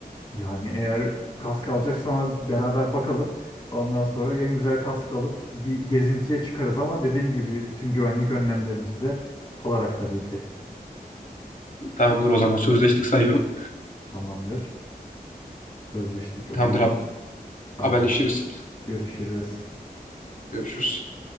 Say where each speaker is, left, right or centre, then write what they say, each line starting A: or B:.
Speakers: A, on the left; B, on the left.
A: Yani eğer kask alacaksa ama beraber bakalım. Ondan sonra en güzel kask alıp bir gezintiye çıkarız ama dediğim gibi bütün güvenlik önlemlerimizi de alarak tabii ki.
B: Tamamdır o zaman sözleştik sayıyorum.
A: Tamamdır. Sözleştik o
B: Tamamdır
A: zaman.
B: abi
A: Tamamdır.
B: haberleşiriz.
A: Görüşürüz.
B: Görüşürüz.